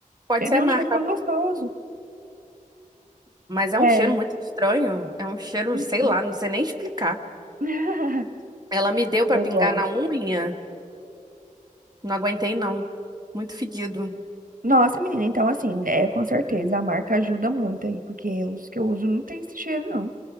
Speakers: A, on the right; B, on the right.
A: Pode
B: Ele
A: ser a
B: é um
A: marca,
B: cheiro tão gostoso.
A: mas é
B: É,
A: um cheiro muito estranho, é um cheiro,
B: Hum,
A: sei
B: hum.
A: lá, não sei nem explicar.
B: <laughs>
A: Ela me deu pra
B: eu
A: pingar
B: gosto.
A: na unha. Não aguentei, não. Muito fedido.
B: Nossa, menina, então assim, é com certeza a marca ajuda muito aí, porque os que eu uso não tem esse cheiro, não.